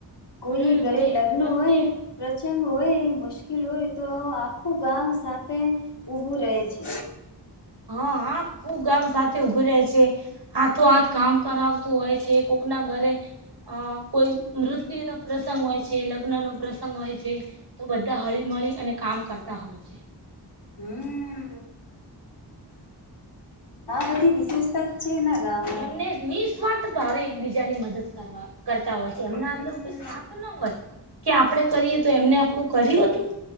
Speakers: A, on the left (about 70°); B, on the right (about 70°).
A: કોઈ
B: હમ
A: એ ઘરે
B: અને
A: લગ્ન
B: પ્રત્યે
A: હોય. પ્રચંગ હોય મુશ્કેલ હોય તો આખું ગામ સાથે. ઉબું રહે છે.
B: હા હા ખુબ ગામ સાથે ઉભું રહે છે. હા તો હાથ કામ કરાવતું હોય છે, કોક ના ઘરે અ કોઈ મૃત્યુ નો પ્રસંગ હોય છે, લગ્ન નો પ્રસંગ હોય છે. તો બધા હળી મળળી અને કામ કરતા હોય છે.
A: હમ્મ આ બધી વિશેષ. તચી ન ગામમા
B: એમને નિઃસ્વાર્થ ભાવે એકબીજાની મદદ કરવા. કરતા હોય છે, એમના
A: હમ
B: અંદર કોઈ સ્વાર્થ ના હોત કે આપડણે કરીએ તો એમને આપણું કર્યું હતું.